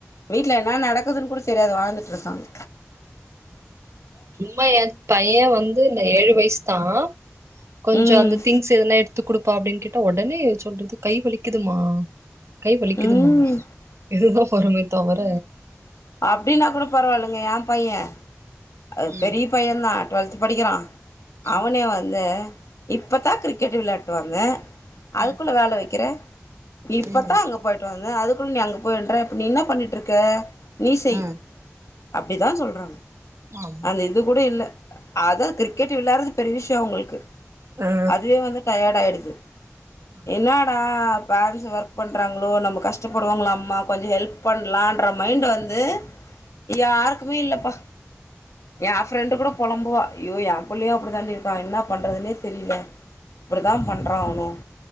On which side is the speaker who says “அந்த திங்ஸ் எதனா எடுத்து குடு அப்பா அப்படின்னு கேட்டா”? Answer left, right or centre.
Right